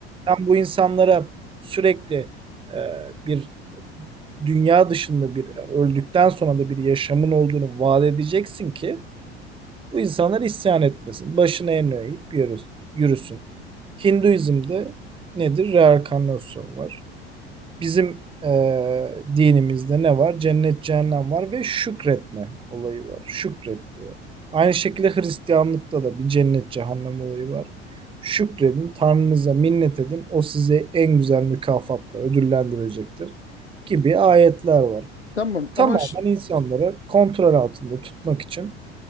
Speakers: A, on the right; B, on the left.
A: Sen bu insanlara sürekli e, bir dünya dışında bir yani öldükten sonra da bir yaşamın olduğunu vaat edeceksin ki bu insanlar isyan etmesin. Başına en eğip yürüs- yürüsün. Hinduizm'de nedir? Reenkarnasyon var. Bizim eee, dinimizde ne var? Cennet, cehennem var ve şükretme olayı var. Şükret diyor. Aynı şekilde Hristiyanlıkta da bir cennet, cehennem olayı var. Şükredin, Tanrınıza minnet edin. O sizi en güzel mükafatla ödüllendirecektir gibi ayetler var.
B: Tamam
A: Tamamen
B: ama ş-
A: insanları kontrol altında tutmak için